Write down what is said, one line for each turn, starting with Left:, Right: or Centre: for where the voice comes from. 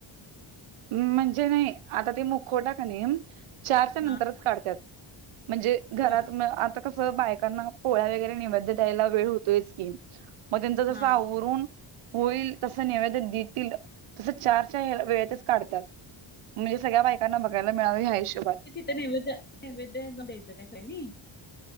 Right: म्हणजे नाही आता ते मुखवटा कने चारच्या नंतरच
Left: हा
Right: काढत म्हणजे घरात
Left: बर
Right: आता कस बायकांना पोळ्या वगैरे निवध द्यायला वेळ होतोयच की मग त्यांचं जस
Left: हा
Right: आवरून होईल तस नैवेद देतील तसं चार चार वेळेतच तात म्हणजे सगळ्या बायकांना बघायला मिळावी हिशोबात.
Left: तर नाही नैवेद्य नैवेद्य द्यायचं आहेनी.